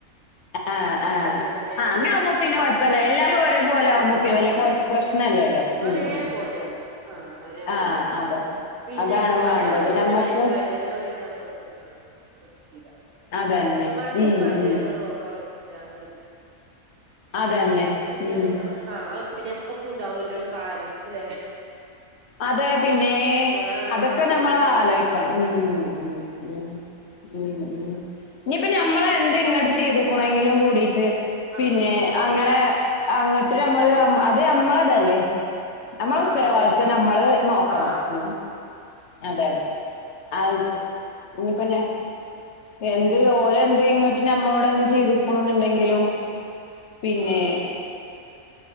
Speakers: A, on the left; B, on the right.
A: ആഹ് ആഹ്
B: നല്ല
A: ആഹ്
B: ഒരു ഒരു <unintelligible>
A: അങ്ങനാവുമ്പോ
B: ആണ്
A: പിന്നെ
B: ആ
A: കൊഴപ്പല്ല എല്ലാരും ഒരേപോലെ
B: ആഹ്
A: ആവുമ്പോ പിന്നെ
B: കൊഴപ്പല്ല
A: വല്യ കൊഴ
B: ആഹ്
A: പ്രശ്നല്ലല്ലോ
B: ഒരേ
A: ഉം ഉം
B: പോലെയാണ്, ആഹ് ഒരേ പോലെയാ.
A: ആഹ് അതെ
B: പിന്നെ
A: അതാണ്
B: മരാവ്
A: വേണ്ടത്
B: പിന്നെ
A: നമ്മക്ക്
B: വയസ്സായതെല്ല പിന്നെ മ്മള് നോക്ക <unintelligible> <unintelligible>
A: അതന്നെ
B: മരുതും
A: ഉം
B: പരുതും
A: ഉം
B: നമ്മള് നോക്കാ പറ്റാതെ <unintelligible>
A: അതന്നെ
B: അത് പിന്നെ
A: ഉം
B: ആ ആഹ് പിന്നെ നമ്മക്ക് ഉണ്ടാവുല്ലോ ഒരു കാലം അല്ലെ.
A: അതെ പിന്നെ
B: ആ
A: അതൊക്കെ നമ്മൾ
B: അതന്നെ നമ്മക്കും
A: ആലോയിക്കണം
B: ഉണ്ട്.
A: മ് മ് മ് മ് മ് ഇനി ഇപ്പ ഞ മ്മള് എന്ത ഇങ്ങട്ട് ചെയ്തക്കണെങ്കിലും കൂടിട്ട്
B: ആ ആ, അതന്നെ അതന്നെ എന്നാ, ആ
A: പിന്നെ
B: ആ
A: അങ്ങനെ <unintelligible> <unintelligible> നമ്മള്
B: ഏ,
A: അമ് അത് അമ്മളതല്ലേ. നമ്മള
B: ആ
A: ഉത്തരവാദ്
B: അതന്നെ
A: ത്വം
B: അതെ
A: നമ്മള് നോക്കണം,
B: ആ
A: മ് അതാണ് ആ
B: ഉം,
A: ഇനി പിന്നെ
B: ഉം,
A: എന് ഇത് ഓലെ എന്ത് ഇങ്ങട്ട് നമ്മളോട് എന്ത് ചെയ്തിക്ക്ണ് ന്ന്ണ്ടെങ്കിലും പിന്നെ
B: ഉം. ആ